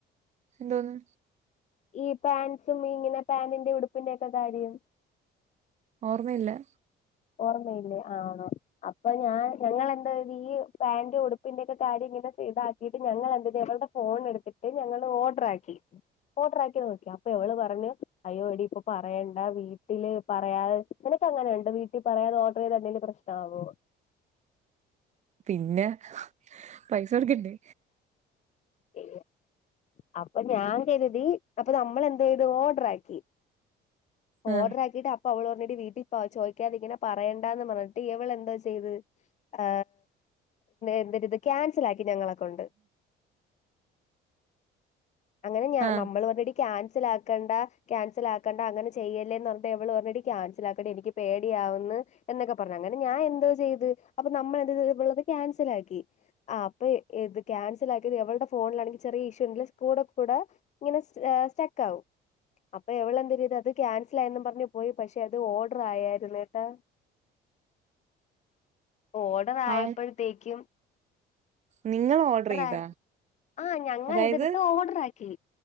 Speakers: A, on the right; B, on the left.
A: എന്തോന്ന്
B: ഈ പാൻസും ഇങ്ങനെ പാന്റിന്റെ ഉടുപ്പിന്റെ ഒക്കെ കാര്യം
A: ഓർമ്മയില്ല
B: ഓർമ്മയില്ലേ ആഹ് ആണൊ അപ്പൊ ഞാൻ ഞങ്ങള് എന്തോ യ്ത് ഈ പാന്റ് ഉടുപ്പിന്റെ ഒക്കെ കാര്യം ഇങ്ങനെ ചെയ്താൽ വീട് ഞങ്ങൾ എന്തോ ചെയ്ത് ഇവള്ടെ ഫോൺ എടുത്തിട്ട് ഞങ്ങള് ഓർഡർ ആക്കി ഓഡറാക്കി നോക്കി അപ്പൊ ഇവള് പറഞ്ഞ് അയ്യോ എടി ഇപ്പൊ പറയണ്ട വീട്ടില് പറയാതെ നിനക്ക് അങ്ങനെ ണ്ടൊ വീട്ടി പറയാതെ ഓർഡർ ചെയ്ത എന്തെലും പ്രശ്നാവോ
A: പിന്നെ പൈസ കൊടുക്കണ്ടെ
B: ഏ അപ്പൊ ഞാൻ കരുതി അപ്പൊ നമ്മളെന്തെയ്ത് ഓഡർ ആക്കി
A: ആ
B: ഓഡർ ആക്കിട്ട് അ അപ്പ അവള് പറഞെടി വീട്ടി പ ചോദിക്കാതിങ്ങനെ പറയണ്ടാന്ന് പറഞ്ഞിട്ട് ഇവള് എന്തോചെയ്ത് ആ എന്തര് ഇത് ക്യാൻസലാക്കി ഞങ്ങളെകൊണ്ട് അങ്ങനെ ഞാ
A: ആ
B: നമ്മള് പറഞ്ഞടി ക്യാൻസല് ആക്കണ്ട ക്യാൻസല് ആക്കണ്ട അങ്ങനെ ചെയ്യല്ലേന്ന് എവള് പറഞ്ഞ് ടി ക്യാൻസലാക്കെടി എനിക്ക് പേടിയാവ്ന്ന് എന്ന്ക്കെ പറഞ്ഞ് അങ്ങനെ ഞാഎന്തോചെയ്ത് അപ്പൊ നമ്മളത് <unintelligible> ഇവളത് ക്യാൻസലാക്കി ആ പ്പ ഏത് ക്യാൻസല് ആക്കിയത് ഇവൾടെ ഫോണിലാണെങ്കി ചെറിയ ഇഷുങ്കിലും കൂടെ കൂടെ ഇങ്ങനെ ഏ സ്റ്റക്ക് ആവും അപ്പാ ഇവള് എന്തരെയ്ത് അത് ക്യാൻസലായെന്നും പറഞ്ഞ് പോയി പക്ഷെ അത് ഓർഡറ് ആയാര്ന്നേട്ടാ ഓ ഓടറായപ്പഴ്ത്തേക്കും
A: ആ നിങ്ങൾ ഓർഡറെയ്താ
B: ആയി ആ ഞങ്ങൾ
A: അതായത്
B: ഇതെടുത്ത് ഓർഡർ ആക്കി